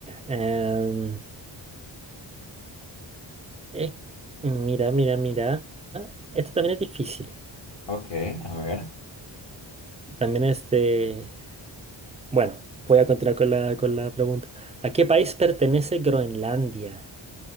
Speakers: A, on the right (about 15°); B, on the left (about 65°).
A: em, eh, mira, mira, mira. Esto también es difícil.
B: Ok, a ver.
A: También es de... Bueno, voy a continuar con la, con la pregunta. ¿A qué país pertenece Groenlandia?